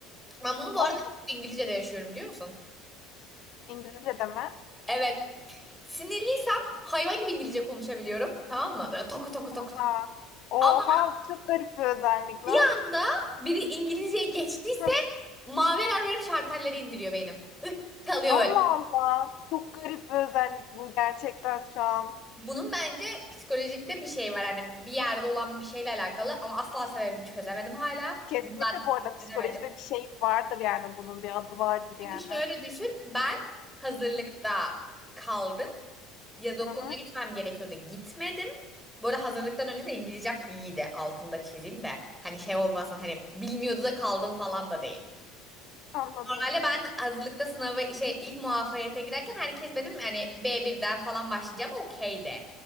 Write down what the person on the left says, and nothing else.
O
bu
İngilizce de mi?
Oha.
Oha,
bu çok garip bir özellik lan.
<laughs> Hı.
Allah
Allah. Çok garip bir özellik bu gerçekten şu an.
Kesinlikle bu arada psikolojide
bir şey vardır yani bunun bir adı vardır yani.
Hı hı,
anladım.